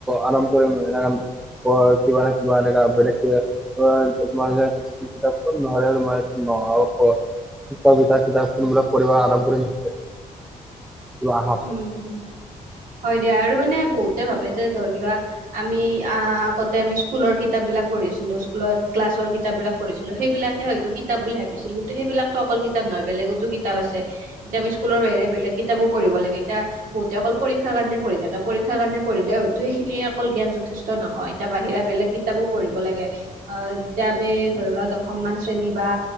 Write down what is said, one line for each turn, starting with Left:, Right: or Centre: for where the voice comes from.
Centre: আৰম কৰিম এনেকা কৰ কিবা নহয় কিবা এনো বেলেগ কে তোমাৰ কিতাপখন নহলে মই নহ'ব কবিতা কিতাপখনবিলাক পঢ়িব আৰম্ভ কৰিম যোৱা আহ
Right: উম হয় দিয়া আৰু মানে বহুতে ভাবে যে ধৰি লোৱা আমি আ আগতে আমি স্কুলৰ কিতাপবিলাক পঢ়ছিলোঁ স্কুলত ক্লাছ কিতাপ বিলাক পঢ়িছিলো সেইবিলাকে হয়তো কিতাপ বুলি ভাবিছিলোঁ কিন্তু সেইবিলাক অকল কিতাপ নহয় বেলেগতো কিতাপ আছে এতিয়া আমি স্কুলৰ বাহিৰে বেলেগ কিতাপো পঢ়িব লাগে এতিয়া বহুতে অকল পৰীক্ষাৰ কাৰণে পঢ়ি থাকে পৰীক্ষাৰ কাৰণে পঢ়িলে হয়তো সেইখিনি অকল জ্ঞান যথেষ্ট নহয় এতিয়া বাহিৰা বেলেগ কিতাপো পঢ়িব লাগে অ যেতিয়া আমি ধৰি লোৱা দশমমান শ্ৰেণী বা